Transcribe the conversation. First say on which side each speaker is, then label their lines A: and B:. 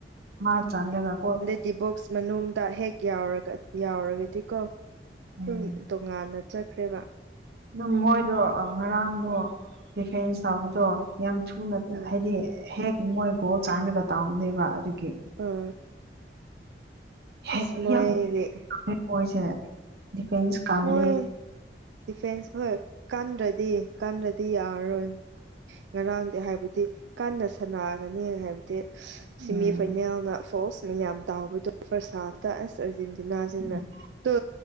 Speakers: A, on the right; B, on the right.
A: ꯃꯥ ꯆꯜꯂꯒ ꯀꯣ
B: ꯗꯤ ꯕꯣꯛꯁ ꯃꯅꯨꯡꯗ ꯍꯦꯛ ꯌꯥꯎꯔꯒ ꯌꯥꯎꯔꯒꯗꯤꯀꯣ ꯑꯗꯨꯨꯝ
A: ꯎꯝ
B: ꯇꯣꯉꯥꯟꯅ ꯆꯠꯈ꯭ꯔꯦꯕ
A: ꯑꯗꯨꯝ ꯃꯣꯏꯗꯣ ꯑ ꯉꯔꯥꯡꯗꯣ ꯗꯤꯐꯦꯟꯁ ꯇꯧꯕꯗꯣ ꯌꯥꯝ ꯊꯨꯅ
B: ꯎꯝ
A: ꯍꯥꯏꯗꯤ ꯍꯦꯛ ꯃꯣꯏ ꯒꯣꯜ ꯆꯥꯟꯔꯒ ꯇꯥꯎꯕꯅꯦꯕ ꯑꯗꯨꯒꯤ
B: ꯎꯝ
A: ꯍꯦ
B: ꯑꯁ ꯃꯣꯏꯒꯤ
A: ꯌꯥꯝ ꯃꯣꯏꯁꯦ ꯗꯤꯐꯦꯟꯁ ꯀꯜꯂꯤ
B: ꯃꯣꯏ ꯗꯤꯐꯦꯟꯁ ꯍꯣꯏ ꯀꯟꯗ꯭ꯔꯗꯤ ꯀꯟꯗ꯭ꯔꯗꯤ ꯌꯥꯔꯔꯣꯏ ꯉꯔꯥꯡꯗꯤ ꯍꯥꯏꯕꯗꯤ ꯀꯟꯅ ꯁꯥꯟꯅꯒꯅꯤ ꯍꯥꯏꯕꯗꯤ ꯁꯤꯃꯤ
A: ꯎꯝ
B: ꯐꯥꯏꯅꯦꯜꯅ ꯐꯣꯜꯁ ꯃꯌꯥꯝ ꯇꯥꯎꯕꯗꯣ ꯐꯔꯁ ꯍꯥꯞꯇ ꯑꯁ ꯑꯔꯖꯦꯟꯇꯤꯅꯥꯖꯤꯡꯅ
A: ꯎꯝ
B: ꯇꯨ